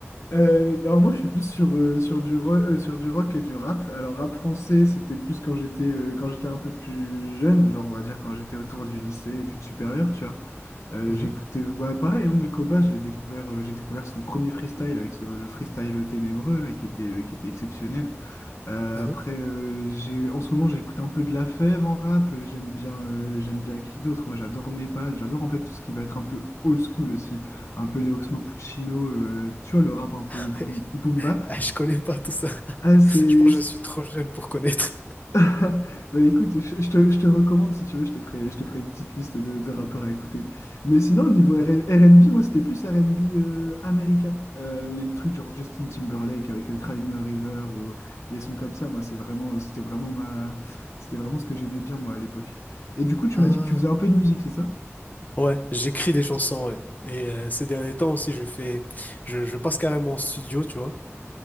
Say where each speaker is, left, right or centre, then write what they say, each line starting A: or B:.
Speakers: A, on the left; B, on the left.
A: Euh, alors moi, je suis plus sur, euh, sur du ro- euh, sur du rock et du rap. Alors rap français, c'était plus quand j'étais euh, quand j'étais un peu plus jeune, genre on va dire quand j'étais autour du lycée, études supérieures, tu vois. Euh,
B: Mhm,
A: j'écoutais, bah, pareil, hein, mais Koba, je l'ai découvert, euh, j'ai découvert son premier freestyle avec ce- le freestyle ténébreux là, qui était, euh, qui était exceptionnel. Euh,
B: mhm.
A: après, euh, j'ai, en ce moment, j'écoute un peu de La Fève en rap. euh, J'aime bien, euh, j'aime bien qui d'autre? Moi, j'adore Népal. J'adore en fait tout ce qui va être un peu old school aussi. Un peu les Oxmo Puccino, euh, tu vois, le rap un peu
B: <laughs>
A: boom, boom bap.
B: Ah, Je connais pas tout ça.
A: Ah, c'est,
B: Je pense que
A: c'est-
B: je suis trop jeune pour connaître.
A: <laughs> Bah écoute, je, je te, je te recommande si tu veux, je te ferai, je te ferai une petite liste de, de rappeurs à écouter. Mais sinon, au niveau
B: <laughs>
A: R- N B moi c'était plus R R&B euh, américain. Euh, les trucs genre Justin Timberlake avec euh, Cry Me a River ou euh, les sons comme ça, moi c'est vraiment, euh, c'était vraiment ma, c'était vraiment ce que j'aimais bien moi à l'époque. Et du coup, tu
B: Ah,
A: m'as dit que tu faisais un peu de musique, c'est ça?
B: ouais, j'écris des chansons, ouais. Et euh, ces derniers temps aussi, je fais, je, je passe carrément en studio, tu vois.